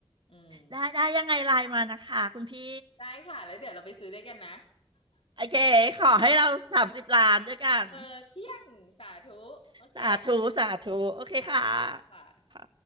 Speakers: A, on the left; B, on the right.
A: อืม
B: ได้ได้ยังไงไลน์มานะคะคุณพี่
A: ได้ค่ะแล้วเดี๋ยวเราไปซื้อด้วยกันนะ
B: โอเคขอให้เราสามสิบล้านด้วยกัน
A: เออเพียงสาธุโอเค
B: <laughs> สาธุสาธุ โอเคค่ะ
A: อ่าค่ะ
B: ค่ะ